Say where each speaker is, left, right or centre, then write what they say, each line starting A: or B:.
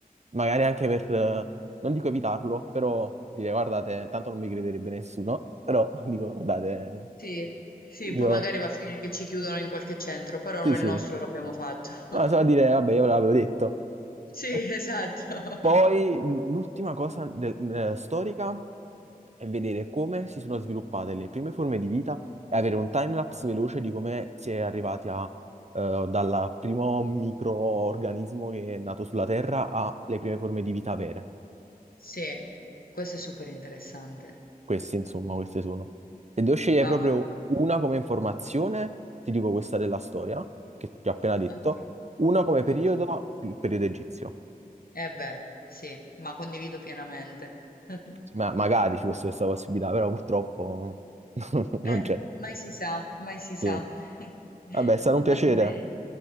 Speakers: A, on the right (about 45°); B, on the left (about 75°).
A: Magari anche per, eh, non dico evitarlo, però dire guardate, tanto non mi crederebbe nessuno, però <laughs> dico guardate,
B: Sì, sì,
A: io
B: poi magari va a finire che ci chiudono in qualche centro, però
A: sì
B: noi
A: sì,
B: il nostro l'abbiamo fatto. <laughs>
A: ma solo a dire vabbè io ve l'avevo detto.
B: Sì,
A: E
B: esatto.
A: poi l- l'ultima cosa del- eh, storica è vedere come si sono sviluppate le prime forme di vita e avere un timelapse veloce di come si è arrivati a eh, dal primo microorganismo che è nato sulla Terra alle prime forme di vita vere.
B: Sì, questo è super interessante.
A: Questi, insomma, queste sono. Se devo scegliere
B: Mamma
A: proprio
B: mia.
A: una come informazione, ti dico questa della storia, che ti ho appena detto,
B: Ok,
A: una come periodo,
B: ok.
A: il periodo egizio.
B: Eh beh, sì, ma condivido pienamente. <laughs>
A: Ma magari ci fosse questa possibilità, però purtroppo <laughs> non
B: Eh,
A: c'è.
B: mai si sa, mai si
A: Sì.
B: sa. <laughs>
A: Vabbè, è stato un piacere.
B: Va bene.